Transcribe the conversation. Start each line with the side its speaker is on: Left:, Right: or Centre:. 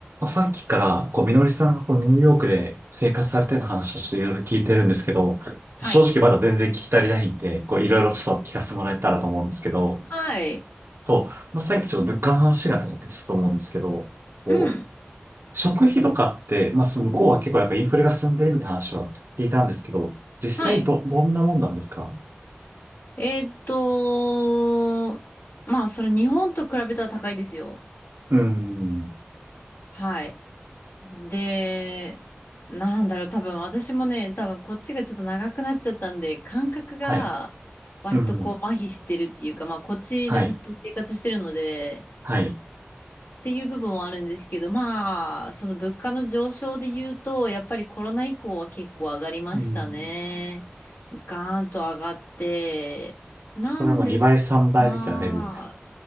Right: さっきから、こう、みのりさんがこうニューヨークで生活されてた話をちょっといろいろ聞いてるんですけど、
Left: はい。
Right: 正直まだ全然聞き足りないんで、こう、いろいろちょっと聞かせてもらえたらと思うんですけど、
Left: はい。
Right: そう、まあ、さっきちょっと物価の話がね、出てたと思うんですけど、こう、
Left: うん。
Right: 食費とかって、まあ、その向こうは結構やっぱインフレが進んでるみたいな話は聞いたんですけど、実際ど、
Left: はい。
Right: どんなもんなんですか
Left: えーっと、まあ、それ日本と比べたら高いですよ。
Right: うん。
Left: はい。で、なんだろう、多分私もね、多分こっちがちょっと長くなっちゃったんで、感覚が割とこう麻痺してるっていうか、
Right: はい。うん。
Left: まあ、こっちでずっと生活してるので、
Right: はい。はい。
Left: っていう部分はあるんですけど、まあ、その物価の上昇で言うと、やっぱりコロナ以降は結構上がりましたね。
Right: うん。
Left: ガーンと上がって、なんですが、
Right: それも2倍、3倍みたいなレベルですか